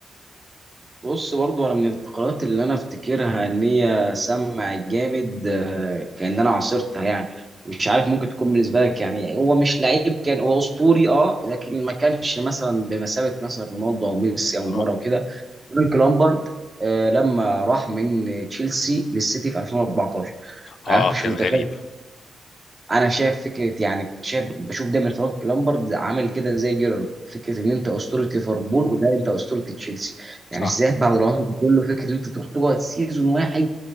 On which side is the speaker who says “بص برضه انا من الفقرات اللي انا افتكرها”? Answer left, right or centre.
Right